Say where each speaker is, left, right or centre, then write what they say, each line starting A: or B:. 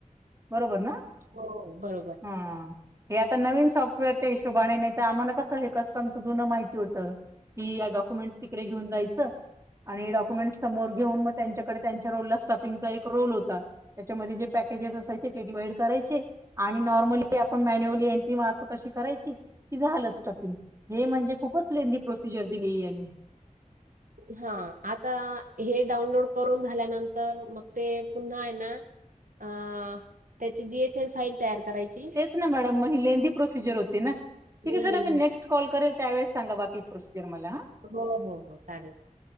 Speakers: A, on the right (about 20°); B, on the right (about 80°).
A: बरोबर ना?
B: हो बरोबर.
A: हा. हे आता नवीन सॉफ्टवेअरच्या हिशोबान. नाही तर आम्हाला कसं हे कस्टमचं जुनं माहिती होतं. कि या डॉक्युमेंट्स तिकडे घेऊन जायचं. आणि डाक्युमेंटस - समोर घेउन मग त्यांच्याकडे त्यांच्या रोलला स्टफिंगच - एक रोल हो- ता. त्याच्यामध्ये जे पॅकेजेस असायचे, ते डिवाइड करायचे- आणि नॉर्मली आपण मॅन्युअली एंट्री मारतो तशी करायची- कि झालं स्टफिंग. हे म्हणजे खूपच लेंंदी प्रोसिजर दिली यांनी.
B: हा. आता हे डाउनलोड करून झाल्यानंतर मग ते पुन्हा ए ना- अ त्याची जी एस एन फाईल तयार करायची-
A: तेच ना मॅडम मग ही लेंदी प्रोसिजर होती ना ठीक
B: हं
A: हे सर आम्ही नेक्स्ट कॉल करेल त्यावेळेस सांगा बाकी प्रोसिजर मला हा
B: हो हो हो चालेल